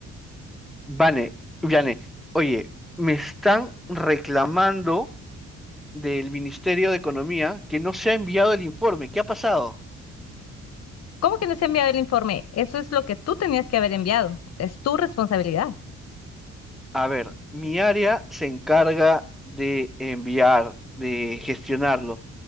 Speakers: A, in the centre; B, on the left.
A: Vane, Viane, oye, me están reclamando del Ministerio de Economía que no se ha enviado el informe. ¿Qué ha pasado?
B: ¿Cómo que no se ha enviado el informe? Eso es lo que tú tenías que haber enviado. Es tu responsabilidad.
A: A ver, mi área se encarga de enviar, de gestionarlo